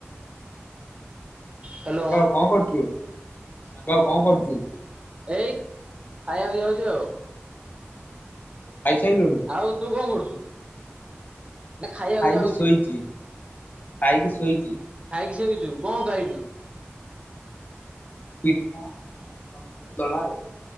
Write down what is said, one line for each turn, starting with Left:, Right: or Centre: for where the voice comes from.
Right: ହ୍ୟାଲୋ
Left: ସାଙ୍ଗ କଣ କରୁଛୁ ସାଙ୍ଗ କଣ କରୁଛୁ?
Right: ଏଇ ଖାଇବାକୁ ଯାଉଛି ଆଉ।
Left: ଖାଇସାରିଲୁଣୁ?
Right: ଆଉ ତୁ କଣ କରୁଛୁ? ନା ଖାଇବାକୁ
Left: ଖାଇକି
Right: ଯାଉଛି
Left: ଶୋଇଛି ଖାଇକି ଶୋଇଛି।
Right: ଖାଇକି ଶୋଇଛୁ କଣ ଖାଇଲୁ?
Left: ପିଠା ଆଉ ଟମାଟର ଦଳା ଆଉ।